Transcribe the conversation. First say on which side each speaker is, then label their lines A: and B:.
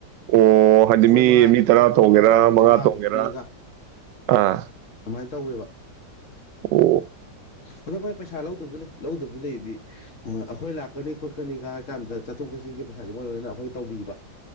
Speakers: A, on the right; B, on the left.
A: ꯑꯣ ꯍꯥꯏꯗꯤ
B: ꯑꯩꯈꯣꯏ
A: ꯃꯤ
B: ꯃꯉꯥ
A: ꯃꯤ
B: ꯆꯠꯂꯒꯅ
A: ꯇꯔꯥ
B: ꯑꯩꯈꯣꯏ
A: ꯇꯣꯡꯒꯦꯔꯥ
B: ꯃꯉꯥꯒꯤ ꯂꯨꯄꯥ
A: ꯃꯉꯥ
B: ꯆꯥꯝꯃꯉꯥꯒ
A: ꯇꯣꯡꯒꯦꯔꯥ
B: ꯍꯦꯛ ꯄꯤꯔꯒ
A: ꯑꯥ
B: ꯑꯗꯨꯃꯥꯏꯅ ꯇꯧꯋꯦꯕ
A: ꯑꯣ
B: ꯑꯗꯣ ꯚꯥꯏ ꯄꯩ ꯄꯩꯁꯥ꫰ꯂꯧꯗꯕꯖꯨ ꯂꯩ ꯂꯧꯗꯕꯖꯨ ꯂꯩꯌꯦꯗꯤ ꯑ ꯑꯩꯈꯣꯏ ꯂꯥꯛꯀꯅꯤ ꯈꯣꯠꯀꯅꯤꯒ ꯍꯥꯏ ꯀꯥꯟꯗ ꯆꯠꯊꯣꯛ ꯆꯠꯁꯤꯟꯒꯤ ꯄꯩꯁꯥꯥꯖꯦ ꯃꯣꯏ ꯂꯣꯏꯅ ꯑꯩꯈꯣꯏ ꯇꯧꯕꯤꯕ